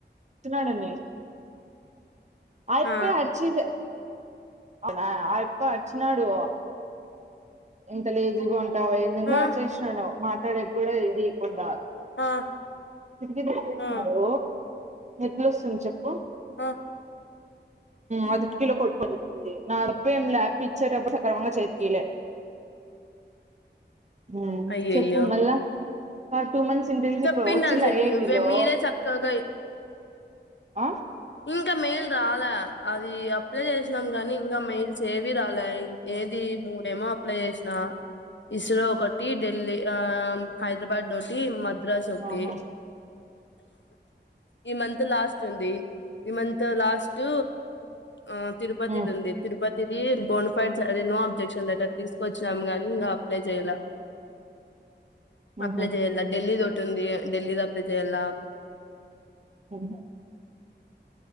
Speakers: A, on the right; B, on the left.
A: డనీ ఆయెప్పే
B: ఆ
A: అరిచి అడా అయెప్ప అరిచినాడు ఇంత లేజీగా ఉంటావు ఏదేందో
B: ఆ
A: అరిచేసినాడు మాట్లాడేవి కూడా ఏది ఈకుండా
B: ఆ
A: ప్రింట్ కొట్టేసినారు
B: ఆ
A: ఎట్లు వస్తుంది చెప్పు
B: ఆ
A: ఆది కిలో కొట్టుకొనిచ్చింది నాడప ఏం లే అయప్ప ఇచ్చేటప్పుడు వాంగా చేతికి ఇయ్యాలే ఉ
B: అయ్యయ్యో
A: చెప్పు మళ్ళా ఆ టూ మంత్స్ ఇంటర్న్షిప్
B: చెప్పిండాల్సింది
A: చిన్న ఏజ్
B: నువ్వే
A: లో
B: మీరే చక్కగా
A: ఆ
B: ఇంకా మెయిల్ రాలా అది అప్లై చేసినాం కానీ ఇంకా మెయిల్స్ ఏవి రాలా ఏది మూడేమో అప్లై చేసిన ఇస్రో ఒకటి ఢిల్లీ ఆ హైదరాబాద్ ఒకటి మద్రాస్ ఒకటి
A: ఆహా
B: ఈ మంత్ లాస్ట్ ఉంది ఈ మంత్ లాస్ట్ ఆ తిరుపతి
A: ఉహు
B: ది ఉంది తిరుపతి ఇది బోనిఫైడ్ అ నో అబ్జెక్షన్ లెటర్ తీసుకొ వచ్చినాం గానీ ఇంకా అప్లై చెయల
A: ఉహు
B: అప్లై చెయల్ల ఢిల్లీది ఒకటి ఉంది ఢిల్లీది అప్లై చెయల్ల
A: ఉహు